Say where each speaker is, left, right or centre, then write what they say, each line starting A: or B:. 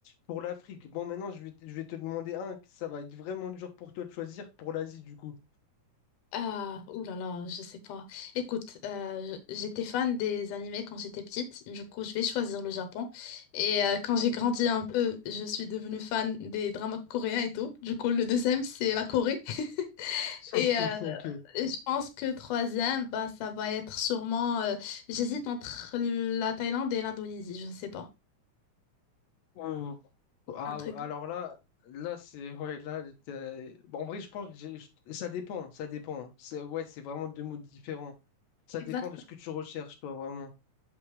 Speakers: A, on the left (about 70°); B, on the left (about 80°).
A: Pour l'Afrique, bon, maintenant, je vais, te- je vais te demander un. que Ça va être vraiment dur pour toi de choisir pour l'Asie, du coup.
B: Ah, ouh là là, je sais pas. Écoute, euh, je- j'étais fan des animés quand j'étais petite, du coup je vais choisir le Japon. Et euh, quand j'ai grandi un peu, je suis devenue fan des dramas coréens et tout. Du coup le deuxième c'est la Corée. <laughs>
A: <laughs>
B: Et euh,
A: Ok.
B: je pense que troisième, bah ça va être sûrement. euh, j'hésite entre la Thaïlande et l'Indonésie, je sais pas.
A: Ouh. Ah,
B: Un truc.
A: alors là, là, c'est. Ouais, là, t'as- bon, en vrai, je pense que j'ai- je- ça dépend. Ça dépend. C'est, ouais, c'est vraiment deux mots différents. Ça
B: Exactement.
A: dépend de ce que tu recherches, toi, vraiment.